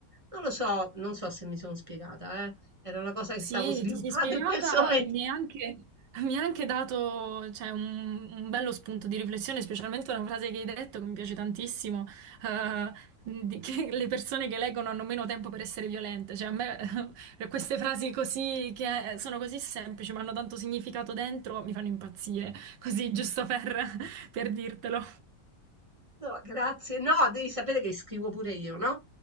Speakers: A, on the right (about 25°); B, on the right (about 80°).
A: non lo so, non so se mi sono spiegata, eh. Era una cosa che
B: Sì,
A: stavo <laughs> sviluppando
B: ti sei spiegata
A: in questo momento.
B: e mi hai anche, mi hai anche dato, cioè, un, un bello spunto di riflessione, specialmente una frase che hai detto che mi piace tantissimo, eh, di- che le persone che leggono hanno meno tempo per essere violente. Cioè, a me <laughs> eh, queste frasi così, che sono così semplici, ma hanno tanto significato dentro, mi fanno impazzire. Così, giusto per, <laughs> per dirtelo.
A: No, grazie. No, devi sapere che scrivo pure io, no?